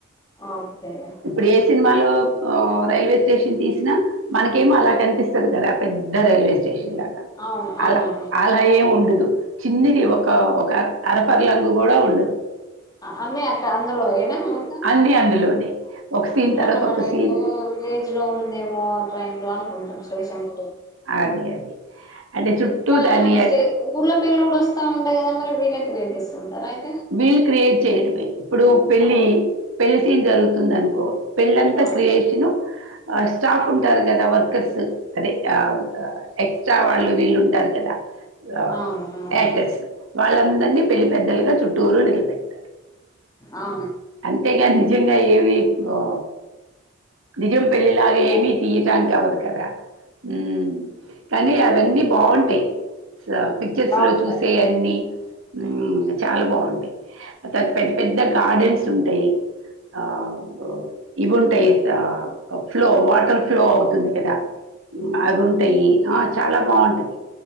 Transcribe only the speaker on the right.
ఇప్పుడే సినిమాలో రైల్వే స్టేషన్ తీసినా మనకేమో అలా కనిపిస్తది కదా పెద్ద రైల్వే స్టేషన్ ఇలాగా
అలా అలా ఏముండదు చిన్నిది ఒక ఒక అరపర్లంగు కూడా ఉండదు
అన్ని అందులోనే ఒక
సీన్ తర్వాత
ఒక సీన్
అది అది అంటే చుట్టూ
దాన్ని
వీళ్ళు క్రియేట్ చేయడమే ఇప్పుడు పెళ్లి
పెళ్లి సీన్ జరుగుతుంది అనుకో పెళ్ళంత
క్రియేషన్ స్టాఫ్ ఉంటారు కదా వర్కర్స్ అదే ఆ ఎక్సట్రా వాళ్ళు వీళ్ళు ఉంటారు కదా ఆ
యాక్టర్స్ వాళ్ళ అందర్నీ పెళ్లి పెద్దల్గ చుట్టూరు నిలబెడట్టారు
తెగానీ నిజంగా ఏమి ఆ నిజం పెళ్లిలాగా
ఏమీ తీయ్యటానికి అవ్వదు కదా మ్ కానీ అవన్నీ బాగుంటయ్ స పిచ్చర్స్
లో చూసే అన్ని ఉమ్ చాలా బాగున్ టై పెద్ద్ పెద్ద గార్డెన్స్ ఉంటయ్ ఆబ్ ఇవుంటయ్ సా ఫ్లో వాటర్ ఫ్లో అవ్తుంది. కదా ఊ మాగుంటయ్ ఆ చాల బాగుంటది